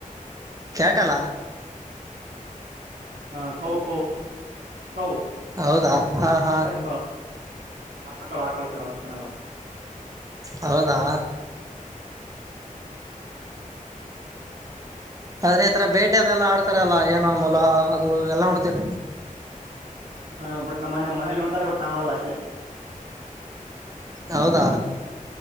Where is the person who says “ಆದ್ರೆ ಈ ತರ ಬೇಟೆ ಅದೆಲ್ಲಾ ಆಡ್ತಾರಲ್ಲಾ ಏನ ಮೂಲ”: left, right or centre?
Right